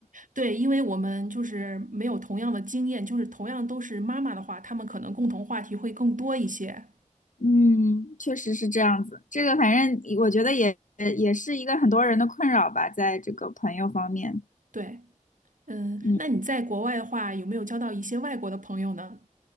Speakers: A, on the right; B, on the left.
A: 对，因为我们就是没有同样的经验，就是同样都是妈妈的话，他们可能共同话题会更多一些。
B: 嗯，确实是这样子。这个反正我觉得也也是一个很多人的困扰吧，在这个朋友方面。
A: 对，嗯，
B: 嗯
A: 那你在国外的话，有没有交到一些外国的朋友呢？